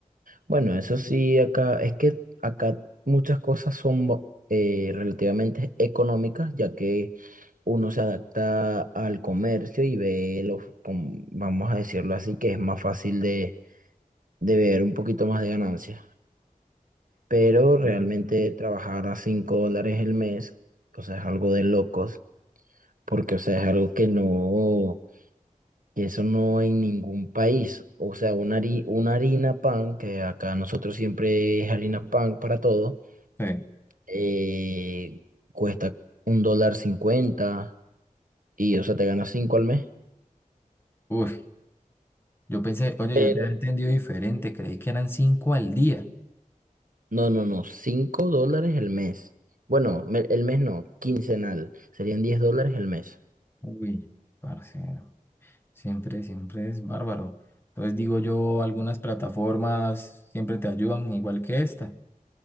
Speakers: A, on the right; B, on the left.
A: Bueno, eso sí, acá es que acá muchas cosas son bo- eh, relativamente económicas, ya que uno se adapta al comercio y ve los, com- vamos a decirlo así, que es más fácil de, de ver un poquito más de ganancias. Pero realmente
B: Sí.
A: trabajar a 5 dólares el mes, o sea, es algo de locos, porque, o sea, es algo que no, que eso no en ningún país. O sea, una, hari- una harina pan, que acá nosotros siempre es harina pan para todo
B: Sí.
A: eh, cuesta un dólar cincuenta y, o sea, te ganas cinco al mes.
B: Uy, yo pensé, oye,
A: Pero,
B: yo te había entendido diferente, creí que eran cinco al día.
A: no, no, no, cinco dólares el mes. Bueno, me- el mes no, quincenal. Serían diez dólares el mes.
B: Uy, parcero, siempre, siempre es bárbaro. Entonces digo yo, algunas plataformas siempre te ayudan, igual que esta.